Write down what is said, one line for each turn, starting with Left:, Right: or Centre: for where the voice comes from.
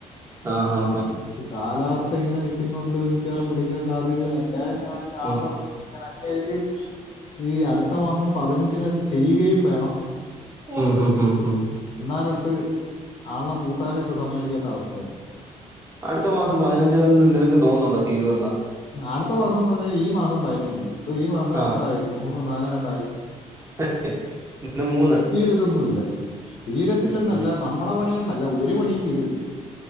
Right: ആഹ് അഹ്
Left: ഉം കാലാവസ്ഥ ഇങ്ങനെ നിൽക്കുന്നുണ്ട് മിക്ക്യവറും വിളിക്കാൻ സാധ്യത അച് <unintelligible>
Right: ഉം,
Left: ആളെ <unintelligible> ഇങ്ങനെ <unintelligible> ല്ലെങ്കിൽ ഈ അടുത്ത മാസം പതിനഞ്ചിനകത്ത് ചെയ്യുകയും വേണം.
Right: ഉം ഉം ഉം ഉം
Left: എന്നാലൊട്ട് ആളെ കൂട്ടാര് ഇപ്പോ സമ്മയ്ക്കാത്ത അവസ്ഥയാ.
Right: അടുത്ത മാസം പതിനഞ്ച് നിനക്ക് തോന്നുന്നുണ്ടോ തീരോവെന്ന്.
Left: അടുത്ത മാസംന്ന് പറഞ്ഞാ ഈ മാസം പയ്നഞ്ച്. ഇപ്പൊ ഈ മാസം
Right: ആ
Left: എത്രായി മൂന്ന് നാലാം കണ്ട ആയി.
Right: <unintelligible> ഇന്ന് മൂന്ന്.
Left: തീരതൊന്നുല്ല തീരത്ത് ത്തില്ലെന്നല്ല
Right: ഉം.
Left: നമ്മളെ പണിയൊന്നല്ല ഒരു പണിയും തീരത്തി